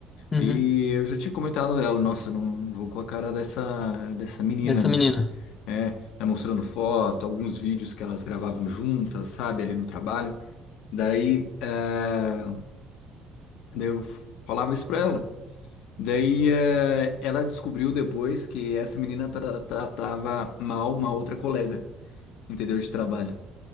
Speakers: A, on the left (about 25°); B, on the left (about 75°).
A: Uhum,
B: E eu já tinha comentado dela, nossa, não, não vou com a cara dessa, dessa menina,
A: dessa
B: não,
A: menina.
B: s- é, ela mostrando foto, alguns vídeos que elas gravavam juntas, sabe, ali no trabalho. Daí, é, daí eu falava isso pra ela. Daí eh, ela descobriu depois que essa menina tra- tratava mal uma outra colega, entendeu? De trabalho.